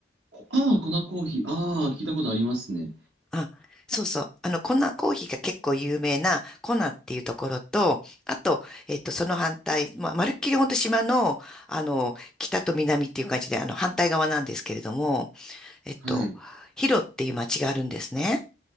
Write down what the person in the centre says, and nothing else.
あ、そうそう。あの、粉コーヒーが結構有名なコナっていうところと、あと、えっと、その反対、まあ、まるっきり本当島の、あの、北と南っていう感じで、あの、反対側なんですけれども、えっと、
ヒロっていう町があるんですね。